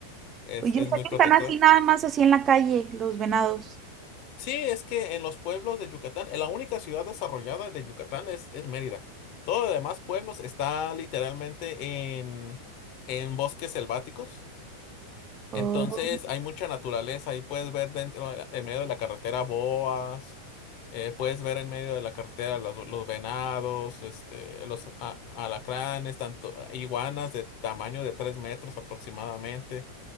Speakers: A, on the left; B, on the right.
A: es,
B: Y yo
A: es
B: sé
A: muy
B: que
A: protector.
B: están así nada más así en la calle, los venados.
A: Sí, es que en los pueblos de Yucatán, en la única ciudad desarrollada de Yucatán es, es Mérida. Todo los demás pueblos está literalmente en, en bosques selváticos. Entonces
B: Oh,
A: hay mucha naturaleza. Ahí puedes ver dentro, en medio de la carretera boas, eh, puedes ver en medio de la carretera los, los venados, este, los a- alacranes, tanto iguanas de tamaño de 3 metros aproximadamente.